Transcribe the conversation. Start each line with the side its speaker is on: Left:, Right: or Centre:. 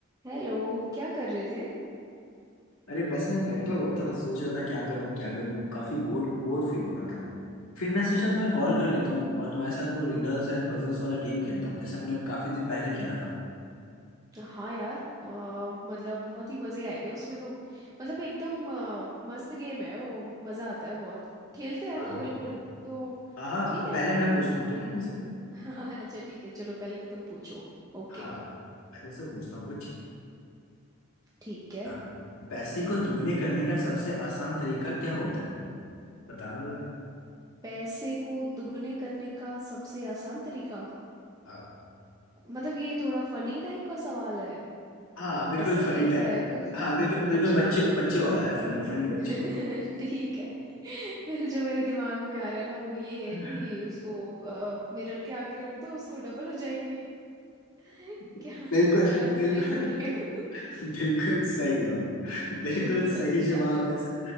Right: Hello क्या कर रहे थे
Left: अरे बस मैं बैठा हुआ था सोच रहा था क्या करूं क्या करूं काफी बोर बोर फील हो रहा था फिर मैं सोचा तुम्हें कॉल कर लेता हूँ और तुम्हारे साथ वो रीडल्स एंड पजल्स वाला गेम खेलता हूँ जैसे हमने काफी दिन पहले खेला था
Right: हाँ यार अ, मतलब बहुत ही मज़े आए थे उसमें तो मतलब एकदम अ, मस्त गेम है वो मज़ा आता है बहुत खेलते हैं
Left: हाँ
Right: ना
Left: हाँ
Right: बिल्कुल तो
Left: हाँ हाँ
Right: ठीक है
Left: पहले मैं पूछता हूँ ठीक
Right: बट
Left: है तुमसे
Right: <laughs> हाँ अच्छा ठीक है चलो पहले तुम पूछो ओके
Left: हाँ मैं तुमसे पूछता हूँ कुछ
Right: ठीक है
Left: हाँ पैसे को दुगने करने का सबसे आसान तरीका क्या होता है बताना जरा
Right: पैसे को दुगने करने का सबसे आसान तरीका
Left: हाँ
Right: मतलब ये थोड़ा फनी टाइप का सवाल है
Left: हाँ बिल्कुल
Right: ऐसे
Left: फनी
Right: ऐसा
Left: टाइप
Right: है कुछ
Left: हाँ बिल्कुल बिल्कुल
Right: अच्छा
Left: बच्चे बच्चे वाला है फनी फनी बच्चे
Right: <laughs> ठीक है फिर जो मेरे दिमाग में आ रहा है ना वो ये
Left: वाला
Right: है कि उसको मिरर के आगे रख दो उसको डबल हो जाएंगे <laughs>
Left: <laughs>
Right: क्या
Left: बिल्कुल
Right: क्या मैं सही
Left: बिल्कुल
Right: बोल रही हूँ
Left: बिल्कुल सही है वो। <laughs> बिल्कुल
Right: <laughs> अच्छा
Left: सही जवाब है इसका